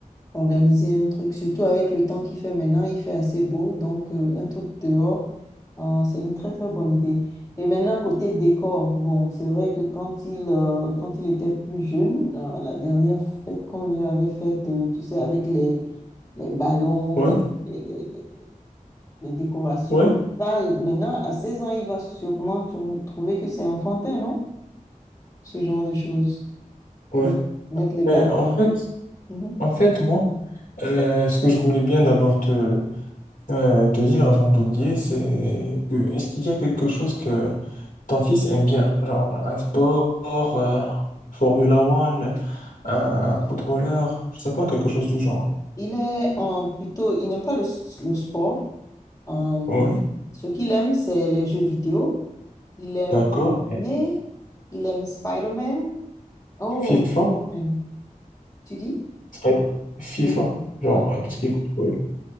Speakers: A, on the left; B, on the left.
A: organiser un truc, surtout avec le temps qu'il fait maintenant, il fait assez beau, donc euh, un truc dehors, euh, c'est une très très bonne idée. Et maintenant, côté décor, bon, c'est vrai que quand il, euh, quand il était plus jeune, euh, la dernière fête qu'on lui avait faite, euh, tu sais, avec les, les ballons,
B: Ouais,
A: les, les, les- les décorations,
B: ouais,
A: ça, maintenant, à 16 ans, il va sûrement trou- trouver que c'est enfantin, non? Ce genre de choses.
B: ouais.
A: Mettre, mettre les ballons.
B: Et en fait,
A: Mhm.
B: en fait, moi, euh, ce que je voulais bien d'abord te, euh, te dire avant d'oublier, c'est que est-ce qu'il y a quelque chose que Ton fils aime bien, genre, un sport, euh, Formula One, un footballeur, je sais pas, quelque chose du genre.
A: Il est en plutôt, il n'aime pas le, s- le sport. Euh,
B: Ouais,
A: ce qu'il aime, c'est les jeux vidéo. Il aime
B: d'accord.
A: dessiner.
B: Et
A: Il aime Spider-Man. Oh,
B: FIFA,
A: Spider-Man. Tu dis?
B: c'est pas grave. FIFA,
A: Oui.
B: genre,
A: Ouais.
B: euh, tout ce qui est football.